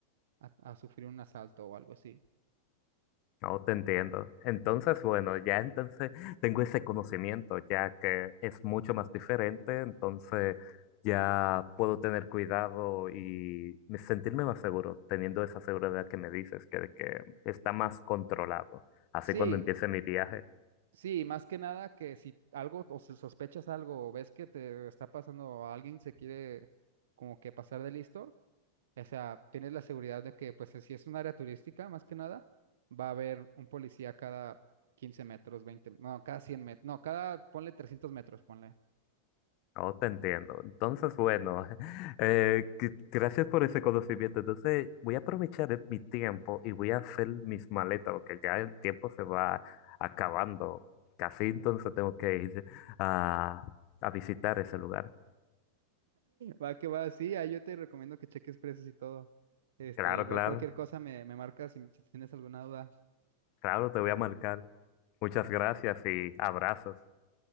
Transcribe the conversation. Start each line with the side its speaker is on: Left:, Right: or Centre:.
Right: a- a sufrir un asalto o algo así.
Left: No te entiendo. Entonces, bueno, ya entonces <laughs> tengo ese conocimiento, ya que es mucho más diferente, entonces ya puedo tener cuidado y me- sentirme más seguro, teniendo esa seguridad que me dices, que, de que está más controlado. Así
Right: Sí,
Left: cuando empiece mi viaje.
Right: sí, más que nada que si algo o si sospechas algo o ves que te está pasando o alguien se quiere como que pasar de listo, o sea, tienes la seguridad de que pues si es un área turística, más que nada, va a haber un policía cada 15 metros, 20 no, cada 100 metros, no, cada, ponle 300 metros, ponle.
Left: Oh, te entiendo. Entonces, bueno, <laughs> eh, gr- gracias por ese conocimiento. Entonces, voy a aprovechar eh, mi tiempo y voy a hacer mis maletas, porque ya el tiempo se va acabando. Casi entonces tengo que ir a, a visitar ese lugar.
Right: Va que va, sí, ahí yo te recomiendo que cheques precios y todo. Este,
Left: Claro,
Right: igual
Left: claro,
Right: cualquier cosa me, me marcas si si tienes alguna duda.
Left: claro, te voy a marcar. Muchas gracias y abrazos.